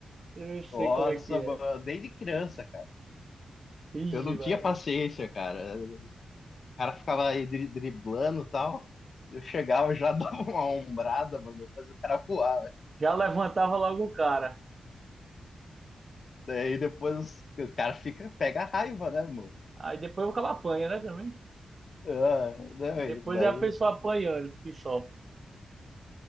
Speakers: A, on the right (about 35°); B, on the left (about 50°).
A: Eu sei
B: Nossa,
A: como é que é.
B: mano, desde criança, cara.
A: Ixi,
B: Eu não tinha
A: mano.
B: paciência, cara. O cara ficava aí dri- driblando e tal. Eu chegava já <laughs> dava uma ombrada, mano, fazia o cara voar.
A: Já levantava logo o cara.
B: Daí depois o cara fica, pega a raiva, né, mano?
A: Aí depois o cara apanha, né, também?
B: Ah, não,
A: Depois
B: e daí.
A: é a pessoa apanhando, que só.